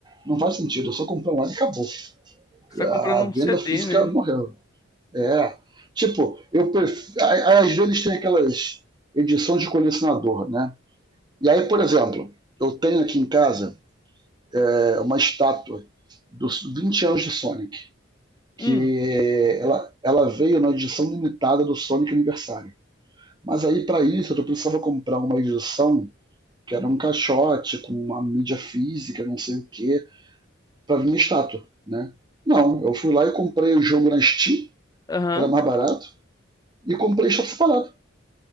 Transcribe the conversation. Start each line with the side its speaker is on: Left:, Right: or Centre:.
Right: não faz sentido. Eu só comprei online e acabou.
Left: Você
Right: A
Left: tá comprando um
Right: venda
Left: CD,
Right: física
Left: né?
Right: morreu. É. Tipo, eu prefiro, às vezes tem aquelas edições de colecionador, né? E aí, por exemplo, eu tenho aqui em casa é, uma estátua dos 20 anos de Sonic, que
Left: Hum,
Right: ela, ela veio na edição limitada do Sonic Aniversário. Mas aí, para isso, eu precisava comprar uma edição que era um caixote com uma mídia física, não sei o que, para vir minha estátua, né? Não, eu fui lá e comprei o jogo na Steam,
Left: aham.
Right: que era mais barato, e comprei a estátua separada.